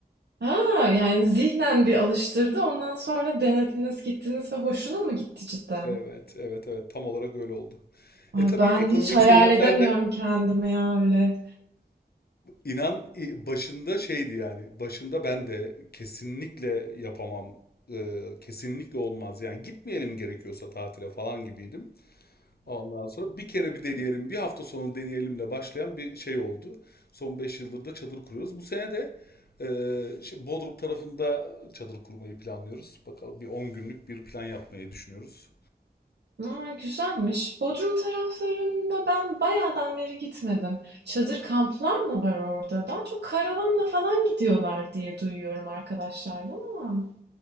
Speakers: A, on the right; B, on the left.
A: Ha, yani zihnen bir alıştırdı ondan sonra denediniz gittiniz ve hoşuna mı gitti cidden?
B: Evet, evet, evet. Tam olarak öyle oldu.
A: Ay,
B: E tabii
A: Ben
B: ekonomik
A: hiç hayal
B: sebepler
A: edemiyorum
B: de
A: kendime ya öyle.
B: İnan başında şeydi yani. Başında ben de kesinlikle yapamam. e, kesinlikle olmaz. Yani gitmeyelim gerekiyorsa tatile falan gibiydim. Ondan sonra bir kere bir deneyelim, bir hafta sonu deneyelimle başlayan bir şey oldu. Son 5 yıldır da çadır kuruyoruz. Bu sene de e, şey, Bodrum tarafında çadır kurmayı planlıyoruz. Bakalım bir 10 günlük bir plan yapmayı düşünüyoruz.
A: Aa, güzelmiş. Bodrum taraflarında ben bayağıdan beri gitmedim. Çadır kamplar mı var orada? Daha çok karavanla falan gidiyorlar diye duyuyorum arkadaşlardan ama